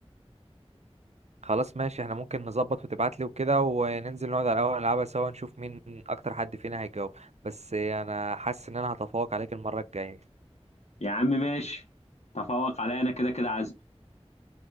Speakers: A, on the right; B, on the left.
A: خلاص ماشي احنا ممكن نظبط وتبعتلي وكده وننزل نقعد على القهوة نلعبها سوا نشوف مين أكتر حد فينا هيجاوب بس أنا حاسس إن أنا هتفوق عليك المرة الجاية
B: يا عم ماشي تفوق عليا انا كده كده عازم